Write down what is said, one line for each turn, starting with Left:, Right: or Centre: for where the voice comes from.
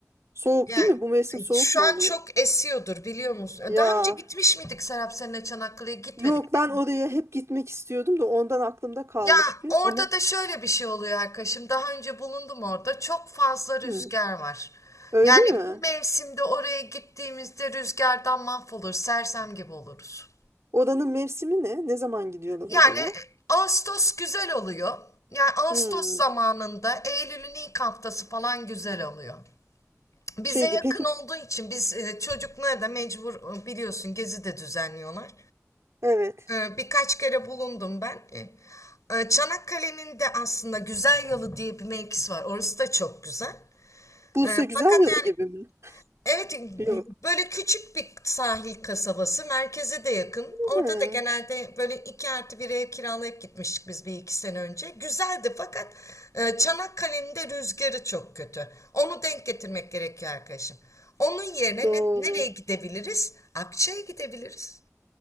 Right: Soğuk
Left: Yani
Right: değil mi? Bu mevsim soğuk
Left: şu
Right: mu
Left: an
Right: oluyor?
Left: çok esiyordur biliyor musun?
Right: Ya
Left: Daha önce gitmiş miydik Serap seninle Çanakkale'ye gitmedik
Right: yok
Left: değil
Right: ben oraya
Left: mi?
Right: hep gitmek istiyordum da ondan aklımda kalmış
Left: Ya
Right: bir.
Left: orada
Right: Ama
Left: da şöyle bir şey oluyor arkadaşım. Daha önce bulundum orada. Çok fazla rüzgar
Right: Hı,
Left: var.
Right: öyle
Left: Yani
Right: mi?
Left: bu mevsimde oraya gittiğimizde rüzgardan mahvolur, sersem gibi oluruz.
Right: Oranın mevsimi ne? Ne zaman gidiyorlar
Left: Yani
Right: oraya?
Left: Ağustos güzel oluyor. Yani Ağustos
Right: Hmm,
Left: zamanında Eylül'ün ilk haftası falan güzel oluyor. Bize
Right: şeydi
Left: yakın
Right: peki.
Left: olduğu için biz e, çocuklara da mecbur e, biliyorsun gezi de düzenliyorlar.
Right: Evet.
Left: Ee, Birkaç kere bulundum ben. Ee, e, Çanakkale'nin de aslında Güzel Yalı diye bir mevkisi var. Orası da çok güzel.
Right: Bursa
Left: Ee,
Right: güzel
Left: Fakat
Right: yalı
Left: yani
Right: gibi mi?
Left: evet
Right: Yok.
Left: böyle küçük bir sahil kasabası. Merkeze de yakın. Orada
Right: Ha,
Left: da genelde böyle iki artı bir ev kiralayıp gitmiştik biz bir iki sene önce. Güzeldi fakat e, Çanakkale'nin de rüzgarı çok kötü. Onu denk getirmek gerekiyor arkadaşım. Onun yerine
Right: doğru.
Left: ne- nereye gidebiliriz? Akça'ya gidebiliriz.